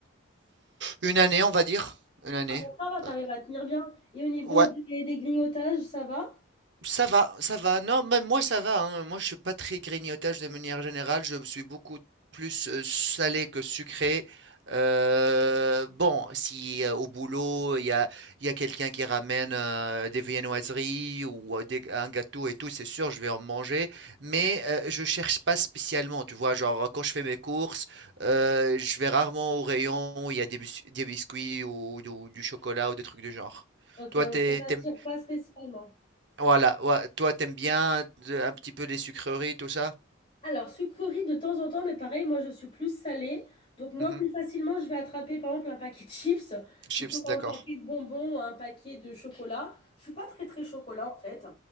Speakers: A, on the right; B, on the left.
A: Une année, on va dire. Une année.
B: Ah, bon, ça va, t'arrives
A: Euh,
B: à tenir bien. Et au niveau
A: ouais,
B: des, des grignotages, ça va?
A: Ça va, ça va. Non, même moi, ça va. hein. Moi, je suis pas très grignotage de manière générale. Je suis beaucoup plus euh, salé que sucré. Euh, bon, si euh, au boulot, il y a, il y a quelqu'un qui ramène euh, des viennoiseries ou euh, des- un gâteau et tout, c'est sûr, je vais en manger. Mais euh, je cherche pas spécialement. Tu vois, genre, quand je fais mes courses, euh, je vais rarement au rayon où il y a des, bis- des biscuits ou, du du chocolat ou des trucs du genre.
B: Ok,
A: Toi,
B: donc
A: t'es,
B: ça t'attire
A: t'aimes-
B: pas spécialement.
A: voilà, ouais, toi t'aimes bien de un petit peu les sucreries, tout ça?
B: Alors, sucrerie de temps en temps, mais pareil, moi je suis plus salée. Donc, moi,
A: Mmh
B: plus facilement, je vais attraper par exemple un paquet de chips
A: Chips,
B: plutôt qu'un
A: d'accord.
B: paquet de bonbons ou un paquet de chocolat. Je suis pas très très chocolat en fait.